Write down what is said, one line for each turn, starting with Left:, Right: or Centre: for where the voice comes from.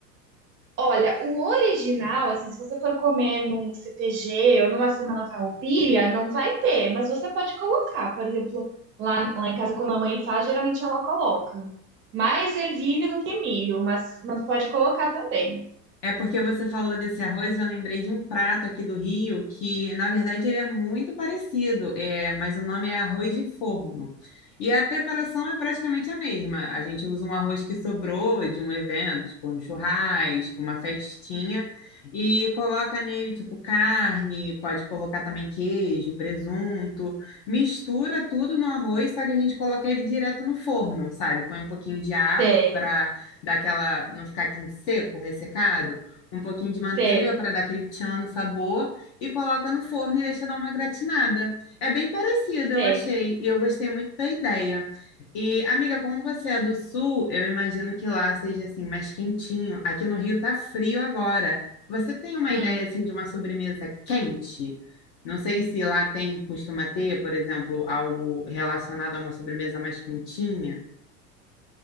Right: Olha, o original, assim, se você for comer num CTG ou numa semana farroupilha, não vai ter, mas você pode colocar. Por exemplo, lá, lá em casa, quando a mãe faz, geralmente ela coloca. Mais ervilha do que milho, mas, mas pode colocar também.
Left: É porque você falou desse arroz, eu lembrei de um prato aqui do Rio que, na verdade, ele é muito parecido, é, mas o nome é arroz de forno. E a preparação é praticamente a mesma. A gente usa um arroz que sobrou de um evento, tipo um churrasco, uma festinha, e coloca nele, tipo, carne, pode colocar também queijo, presunto, mistura tudo no arroz, só que a gente coloca ele direto no forno, sabe? Põe um pouquinho de água
Right: Sei,
Left: para dar aquela, não ficar aquele seco, ressecado, um pouquinho de manteiga
Right: sei,
Left: para dar aquele tchan no sabor e coloca no forno e deixa dar uma gratinada. É bem parecida,
Right: sei.
Left: eu achei, e eu gostei muito da ideia. E, amiga, como você é do sul, eu imagino que lá seja assim mais quentinho. Aqui no Rio tá frio agora. Você tem uma
Right: Hum.
Left: ideia assim de uma sobremesa quente? Não sei se lá tem, costuma ter, por exemplo, algo relacionado a uma sobremesa mais quentinha.